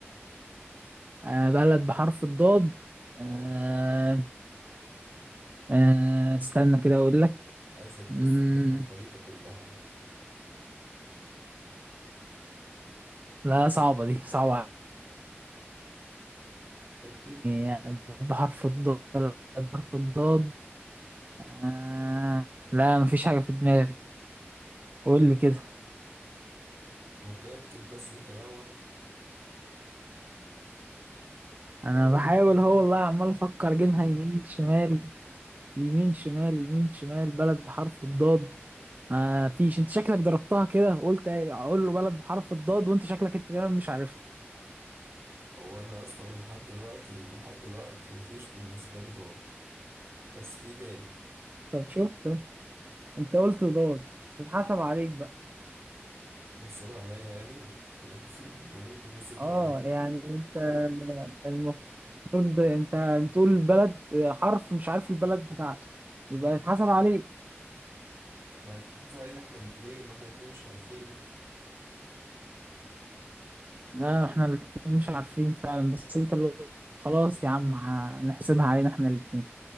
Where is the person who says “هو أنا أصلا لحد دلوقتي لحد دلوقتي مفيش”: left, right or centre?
Right